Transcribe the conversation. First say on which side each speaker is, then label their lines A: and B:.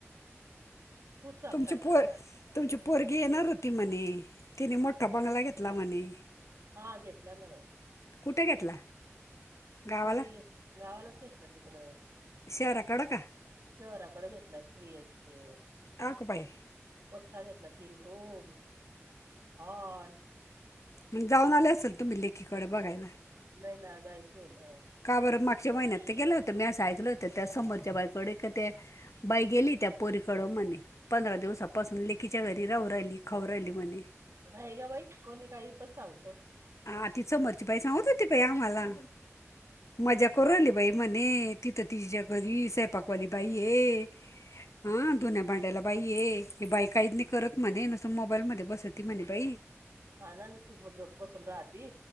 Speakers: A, on the right; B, on the left.
A: तूच सांग
B: तमची
A: काय
B: पो
A: करतात.
B: तमची पोरगी येणार रुती म्हने तिने मोठा बंगला घेतला म्हने
A: हा घेतला ना बाई
B: कुठे घेतला गावाला
A: ते गावालाच घेतलं तिकडं
B: शरा कडका
A: शहराकडे घेतला थ्री एच के
B: हा का बाई
A: मोठठा घेतला तीन हो हा
B: मग जाऊन आले असल तुम्ही लेकीकडे बघायला
A: नाही ना जायचय ना
B: का बरं? मागच्या महिन्यात तर गेलं होतं, म्या अस ऐकलं होतं त्या समोरच्या बाईकडे ते बाई गेली त्या पोरीकड म्हणे. पंधरा दिवसापासून लेकीच्या घरी राहू राहिली, खावू राहिली म्हणे.
A: नाही गं बाई, कोणी काही पण सांगत.
B: हा ती समोरची बाई सांगत होती बाई आम्हाला, मजा
A: हा
B: करून आली बाई म्हणे. तिथं तिच्या घरी स्वयंपाक वाली बाई ये, हा धूण्या- भांड्याला बाई ये हे बाई काहीत नाही करत म्हणे, नसतं मोबाईल मध्ये बसती म्हणे बाई.
A: हा ना, नुसत झो-बसून राहती.